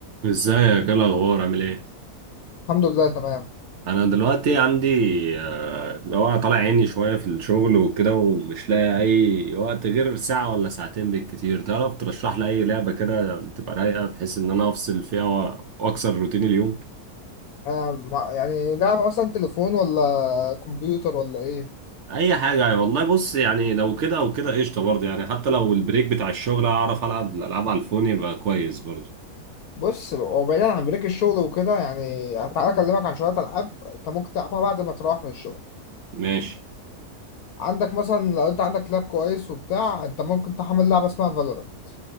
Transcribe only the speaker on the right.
ازيك ايه الاخبار عامل ايه
انا دلوقتي عندي آه، اللي هو طالع عيني شويه في الشغل وكده ومش لاقي اي وقت غير ساعه ولا ساعتين بالكتير تعرف ترشح لي اي لعبه كده تبقى رايقه بحيث ان انا افصل فيها و- واكسر روتين اليوم
اي حاجه والله بص يعني لو كده او كده قشطه برضه يعني حتى لو البريك بتاع الشغل اعرف العب الالعاب على الفون يبقى كويس برضه
ماشي